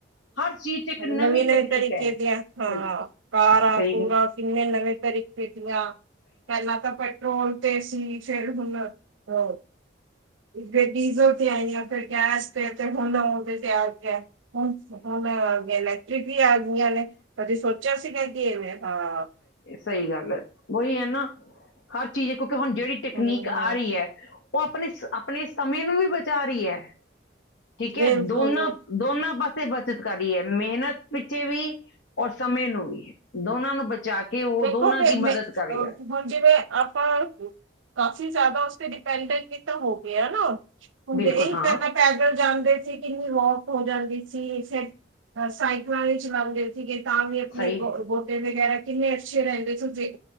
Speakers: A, on the left (about 80°); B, on the right (about 85°).
A: ਹਰ ਚੀਜ਼ ਇੱਕ ਨਵੀਂ
B: ਨਵੀਂ-ਨਵੀਂ
A: ਤਕਨੀਕ
B: ਤਰੀਕੇ
A: ਹੈ
B: ਤੇ ਹਾਂ
A: ਬਿਲਕੁਲ
B: ਕਾਰਾ
A: ਸਹੀ
B: ਕੁਰਾ।
A: ਹੈ
B: ਕਿੰਨੇ ਨਵੇਂ ਤਰੀਕੇ ਦੀਆਂ ਪਹਿਲਾਂ ਤਾਂ। ਪੈਟਰੋਲ ਤੇ ਸੀ ਫੇਰ ਹੁਣ ਅ। ਫਿਰ ਡੀਜ਼ਲ ਤੇ ਆਈ ਆ ਫਿਰ ਗੈਸ ਤੇ ਤੇ ਹੁਣ ਆਦੇ ਤਿਆਰ ਤੇ। ਹੁਣ ਹੁਣੈਂ ਇਲੈਕਟ੍ਰਿਕ ਵੀ ਆਗੀਆਂ ਨੇ ਤਾਂ ਅਸੀਂ ਸੋਚਿਆ ਸੀਗਾ ਕਿਵੇਂ ਹਾਂ।
A: ਸਹੀ ਗੱਲ ਐ। ਉਹੀ ਐ। ਨਾ ਹਰ ਚੀਜ਼ ਕਿਉਂਕਿ ਹੁਣ ਜਿਹੜੀ ਟਕਨੀਕ
B: ਹੁਣ
A: ਆ ਰਹੀ ਐ। ਉਹ ਆਪਣੇ ਆਪਣੇ ਸਮੇਂ ਨੂੰ ਵੀ ਬਚਾ ਰਹੀ ਐ। ਠੀਕ
B: ਰੇਲ
A: ਹੈ। ਦੋਨਾਂ
B: ਕੋਲ
A: ਦੋਨਾਂ ਪਾਸੇ ਬੱਚਤ ਕਰ ਰੀ ਐ। ਮਿਹਨਤ ਪਿੱਛੇ ਵੀ। ਔਰ ਸਮੇਂ ਨੂੰ ਵੀ ਦੋਨਾਂ ਨੂੰ ਬਚਾ ਕੇ ਉਹ
B: ਦੇਖੋ
A: ਦੋਨਾਂ
B: ਫਿਰ
A: ਦੀ
B: ਮੈਂ
A: ਮਦਦ ਕਰ ਰਹੀ
B: ਅਹ
A: ਐ।
B: ਹੁਣ ਜਿਵੇਂ ਆਪਾਂ ਕਾਫੀ ਜ਼ਿਆਦਾ ਉਸਤੇ ਡਿਪੈਂਡੈਂਟ ਤਾਂ ਹੋ ਗਏ ਨਾ। ਹੁੰਦੇ
A: ਬਿਲਕੁਲ
B: ਇਹੀ
A: ਹਾਂ
B: ਤਾਂ। ਪੈਦਲ ਜਾਂਦੇ ਸੀ ਕਿੰਨੀ ਵੋਕ ਹੋ ਜਾਂਦੀ ਸੀ। ਫਿਰ ਸਾਈਕਲਾਂ ਵੀ ਲਈ ਚਲਾਉਂਦੇ ਸੀ। <unintelligible> ਤਾਂ ਵੀ ਆਪਣੇ
A: ਸਹੀ
B: ਗੋਡੇ ਵਗੈਰਾ ਕਿੰਨੇ ਅੱਛੇ ਰਹਿੰਦੇ ਤੁਸੀਂ।